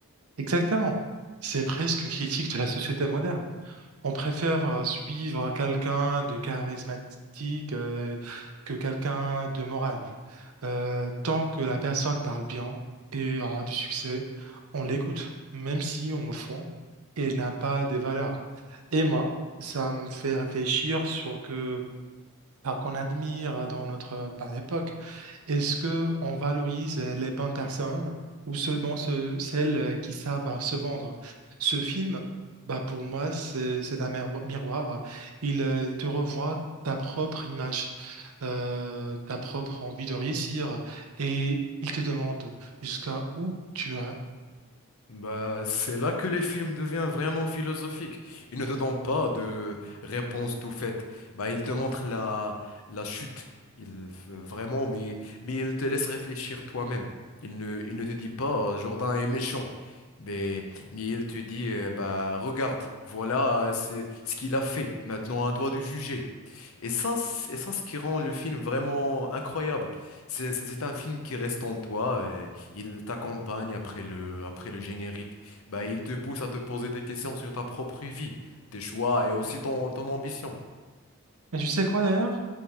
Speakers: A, on the right; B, on the left.
A: Exactement. C'est presque une critique de la société moderne. On préfère euh, suivre quelqu'un de charismatique euh, que quelqu'un de moral. Euh, tant que la personne parle bien et aura du succès, on l'écoute, même si au fond, elle n'a pas des valeurs. Et moi, ça me fait réfléchir sur que par qu'on admire dans notre euh, par époque. Est-ce que on valorise euh, les bonnes personnes ou seulement ce- celles euh, qui savent euh, se vendre? Ce film, bah pour moi, c'est c'est un miroi- miroir. Il euh, te revoit ta propre image, euh, ta propre envie de réussir et il te demande jusqu'à où tu es
B: Bah, c'est là que les films deviennent vraiment philosophiques. Ils ne te donnent pas de réponse tout faite. Bah, ils te montrent la, la chute. Ils, euh, vraiment, mais, mais ils te laissent réfléchir toi-même. Ils ne, ils ne te disent pas euh, Jourdain est méchant. Mais, mais ils te disent euh, bah, regarde, voilà euh, c'est ce qu'il a fait. Maintenant, à toi de juger. Et ça, c'est- et ça, ce qui rend le film vraiment incroyable. C'est c'est- c'est un film qui reste en toi. Il t'accompagne après le, après le générique. Bah, il te pousse à te poser des questions sur ta propre vie, tes choix et aussi ton, ton ambition.
A: Et tu sais quoi d'ailleurs?